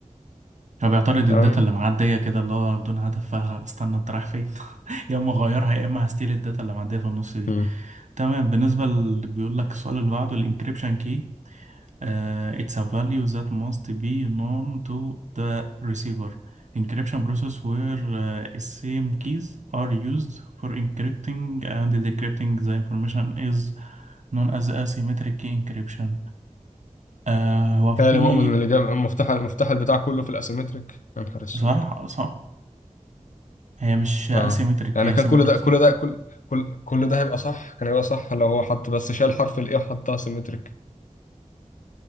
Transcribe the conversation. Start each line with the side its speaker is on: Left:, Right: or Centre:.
Right: هو بيعترض
Left: تمام
Right: الداتا اللي معدية كده اللي هو بدون هدف فاستنى انت رايح فين <laughs> يا اما اغيرها يا اما هستيل الداتا اللي معدية في النص دي
Left: مم.
Right: تمام بالنسبة اللي بيقول لك السؤال اللي بعده الانكريبشن كي Uh, it's a value that must be known to the receiver. Encryption process where uh, same keys are used for encrypting and decrypting the information is known as asymmetric key encryption. آه هو في
Left: يا مؤمن اللي جاب مفتاح المفتاح البتاع كله في الاسيمتريك يا نهار اسود
Right: صح صح هي مش asymmetric
Left: اه يعني
Right: هي
Left: كان
Right: symmetric
Left: كل ده
Right: صح
Left: كل ده كل كل كل ده هيبقى صح كان هيبقى صح لو هو حط بس شال حرف الاي وحطها سيمتريك